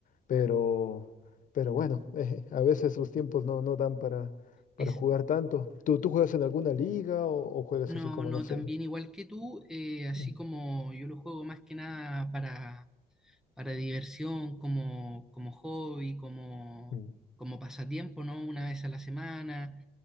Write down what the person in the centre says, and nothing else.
Es,
no,
no,
también igual que tú, eh, así
como yo lo juego más que nada para, para diversión, como, como hobby, como,
como pasatiempo, ¿no? Una vez a la semana,